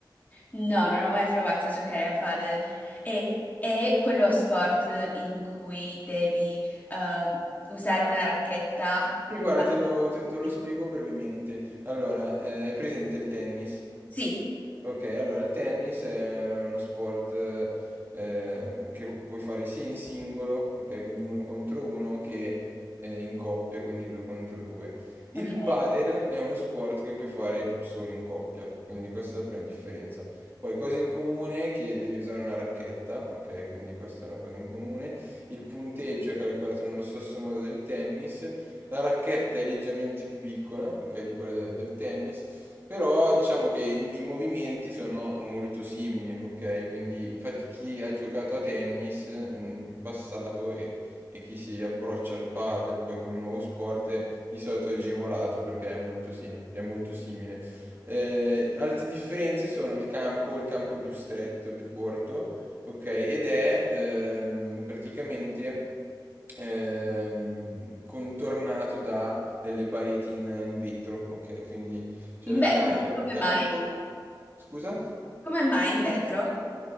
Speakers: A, on the left (about 20°); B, on the right (about 30°).
A: No, non ho mai provato a giocare a padel. E è quello sport in cui devi ehm, usare una racchetta, un
B: Sì, guarda,
A: pallone.
B: te lo, te- te lo
A: Sì,
B: spiego brevemente. Allora, eh, è presente il tennis?
A: Sì,
B: Ok, allora il tennis è uno sport eh, ehm, che puoi fare sia in singolo, ok, quindi uno contro uno, che eh, in coppia, quindi due contro due. Il
A: ok.
B: padel è uno sport che puoi fare solo in coppia, quindi questa è la prima differenza. Poi cose in comune è che devi usare una racchetta, ok, quindi questa è una cosa in comune. Il punteggio è calcolato nello stesso modo del tennis. La racchetta è leggermente più piccola, ok, di quella de- del tennis. Però diciamo che il- i movimenti sono molto simili, ok? Quindi infatti chi ha giocato a tennis in, in passato e, e chi si approccia al padel poi come nuovo sport eh, di solito è agevolato perché è molto, sem- è molto simile. Eh, altre differenze sono il campo, il campo è più stretto, è più corto, ok? Ed è ehm, praticamente ehm, contornato da delle pareti in, in vetro, ok? Quindi c'è
A: In
B: il,
A: vetro,
B: ca- c'è il
A: come
B: campo,
A: mai?
B: scusa,
A: Come mai in vetro?